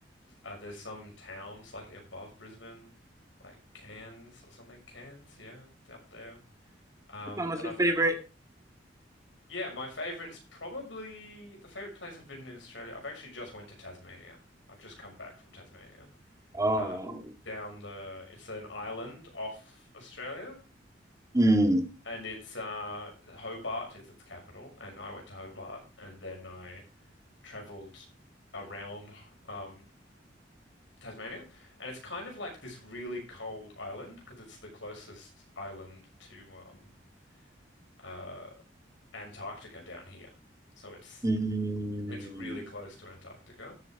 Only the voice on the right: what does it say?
Which one was
your
favorite?
Oh,
mm,
mm,